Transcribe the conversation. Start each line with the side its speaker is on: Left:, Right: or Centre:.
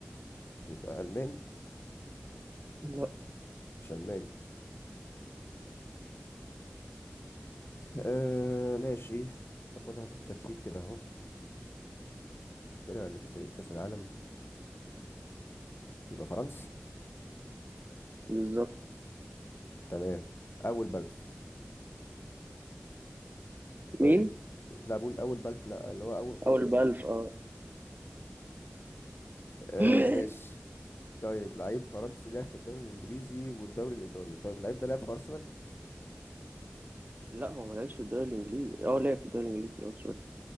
Left: يبقى الماني
Right: لا
Left: مش الماني آه ماشي ناخدها بالترتيب كده اهو الفرقة اللي كسبت كاس العالم يبقى فرنسي
Right: بالظبط
Left: تمام اول بلف طيب
Right: مين
Left: لا بقول اول بلف لا اللي هو اول خط
Right: اول بألف
Left: يعني
Right: اه
Left: آه
Right: <laughs>
Left: ماشي طيب لعيب فرنسي لعب في الدوري الانجليزي والدوري الايطالي طيب اللعيب ده لعب في ارسنال
Right: لا هو ما لعبش في الدوري الانجليزي اه لعب في الدوري الانجليزي اه سوري